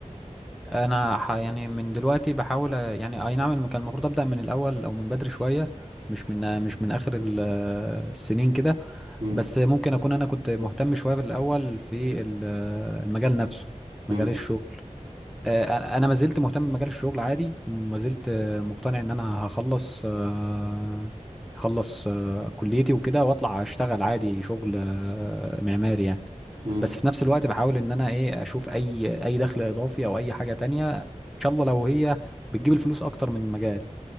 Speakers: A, in the centre; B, on the right (about 35°).
A: انا ح... يعني من دلوقتي بحاول أ- يعني اي نعم الم- كان المفروض ابدا من الاول او من بدري شوية مش من مش من اخر ال- السنين كده
B: مم.
A: بس ممكن اكون انا كنت مهتم شوية في الاول في ال- المجال نفسه
B: مم.
A: مجال الشغل آه، انا ما زلت مهتم بمجال الشغل عادي وما زلت آه، مقتنع ان انا هخلص آه، هخلص آه، كليتي وكده واطلع اشتغل عادي شغل آه، معماري يعني
B: مم.
A: بس في نفس الوقت بحاول ان انا ايه اشوف اي اي دخل اضافي او اي حاجة تانية ان شاء الله لو هي بتجيب الفلوس اكتر من المجال